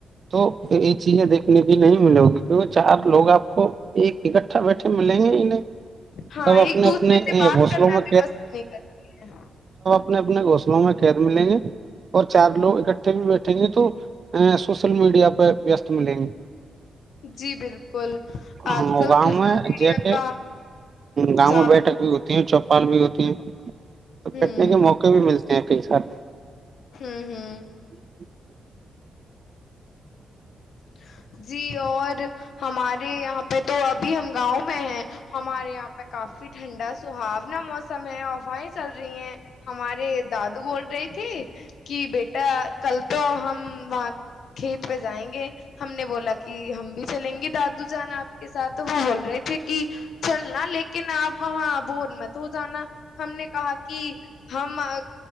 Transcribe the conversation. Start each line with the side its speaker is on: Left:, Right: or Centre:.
Right: تو یہ چیزیں دیکھنے کی نہیں ملے گی کی چار لوگ آپ کو ایک اکٹھا بیٹھے ملیں گے ہی نہیں
Left: ہاں
Right: سب اپنے
Left: ایک دوسرے
Right: اپنے
Left: سے بات
Right: گھونسلوں
Left: کرنا
Right: میں
Left: بھی پسند نہیں کرتی ہیں
Right: آ نے اپنا گسلو میں ق ملیں گے اور چار لوگ اکٹھے بھی بیٹھیں گے تو سوشل میڈیا پہ وست ملیں گے
Left: کرتے جی بالکل آج
Right: ہاں
Left: کل
Right: گاؤں
Left: سوشل
Right: میں
Left: میڈیا
Right: جیسے
Left: کا
Right: گاؤں
Left: زیادہ
Right: میں بیٹھک بھی ہوتی ہے چوپال بھی ہوتی ہے تو
Left: ہوں
Right: بیٹھنے کے موقع بھی ملتے ہیں <inaudible>
Left: ہہم ہہم
Right: <inaudible>
Left: <inaudible> جی اور ہمارے یہاں پہ تو ابھی ہم گاؤں میں ہیں ہمارے یہاں پہ کافی ٹھنڈا سہاونا موسم ہے ہاوہیں چل رہی ہیں ہمارے دادو بول رہی تھی کہ بیٹا کل تو ہم وہا کھیت پہ جائیں گے ہم نے بولا کہ ہم بھی چلیں گے دادو جان آپ کے ساتھ تو وہ بول رہے تھے کہ چلنا لیکن آپ وہاں بور مت ہو جانا ہم نے کہا کہ ہم